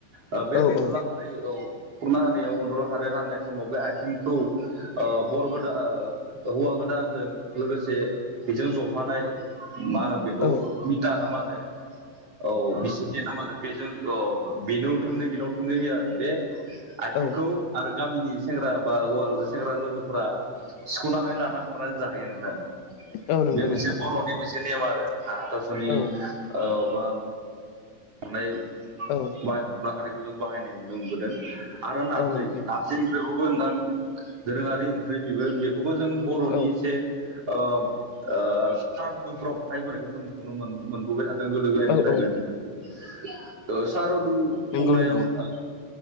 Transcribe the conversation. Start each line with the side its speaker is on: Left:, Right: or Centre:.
Right: ओ बे
Left: औ
Right: अनदुला
Left: औ
Right: खारै औ खुरना होनायाव अन्दला खारै राननाय समाव बे आथिंखौ ओ बर गोदा ओ हौवा गोद दानजों लोगोसे बेजों जफानाय मा होनो बेखौ
Left: औ
Right: मिता ना मा होनो औ बिसुखि ना मा होनो बे जों औ बेनाव थोंनै बेनाव थोंनै होयो आरो बे आथिंखौ
Left: औ
Right: आरो गामिनि सेंग्रा बा हौवा सेंग्रा लोगोफोरा सिख'नानै लाना खारनानै जाहैयो नोंथां।
Left: औ नंगौ
Right: बे मोनसे
Left: नोंथां
Right: बर'नि मोनसे नेम आरो नोंथाङा हाथास'नि
Left: औ
Right: औ बा हरनाय
Left: औ
Right: माइ अनला खारिखौ जों बाहायनाय नुनो मोनबोदों आरो नारजि
Left: औ नंगौ नोंथां
Right: नारजि ओंख्रिखौबो नोंथां दोरोङारि ओंख्रि बेबो बे खौबो जों बर'नि
Left: औ
Right: एसे ओ ओ सारुफ्राव बाहायबोनायखौ जों नुनो मोन मोनबोबाय थाद दों गोदो गोदायनिफ्रायनो
Left: औ औ
Right: नोंथां ओ सार अदु
Left: नंगौ
Right: खुंनायाव
Left: नंगौ
Right: नोंथां